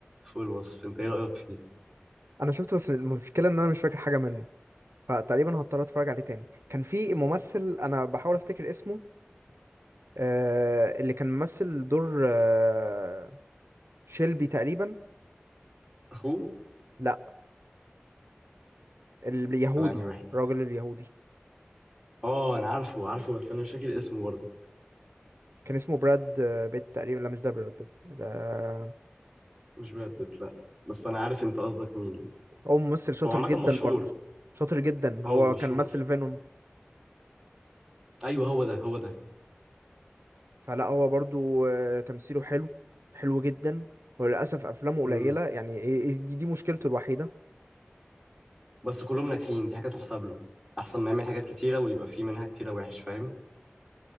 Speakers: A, in the centre; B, on the right.
A: فوق الوصف انت ايه رايك فيه
B: انا شفته بس المشكله ان انا مش فاكر حاجه منه فتقريبا هضطر اتفرج عليه تاني كان في ممثل انا بحاول افتكر اسمه آه اللي كان ممثل دور آه شيلبي تقريبا
A: اخوه
B: لا اليهودي
A: ولا انهي واحد
B: الراجل اليهودي
A: اه انا عارفه عارفه بس انا مش فاكر اسمه برضه
B: كان اسمه براد آه، بيت تقريبا لا مش ده براد بيت ده
A: مش براد بيت لا بس انا عارف انت قصدك مين
B: هو ممثل شاطر
A: هو عامه
B: جدا
A: مشهور
B: برضه شاطر جدا
A: اه
B: هو
A: مشهور
B: كان ممثل فينوم
A: ايوه هو ده هو ده
B: فلا هو برضه آه، تمثيله حلو حلو جدا وللاسف افلامه قليله
A: امم
B: يعني إيه- إيه- دي, دي مشكلته الوحيده
A: بس كلهم ناجحين دي حاجه تحسب له احسن ما يعمل حاجات كتيره ويبقى في منها كتيره وحش فاهم